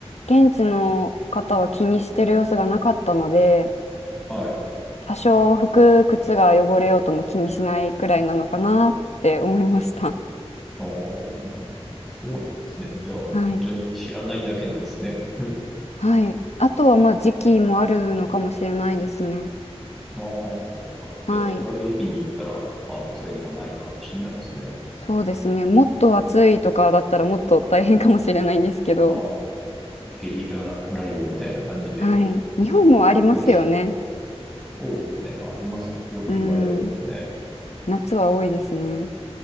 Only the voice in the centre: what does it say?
はい。
ああ、なるほど。そうなんですね。じゃあ、本当に知らないだけなんですね。
<laughs>
ああ、そっか。
じゃあ違う時期に行ったら、まあそういうのがないかもしれないですね。
ああ。ゲリラ雷雨みたいな感じで
激しい。そうですね。ありますね。よく言われてますね。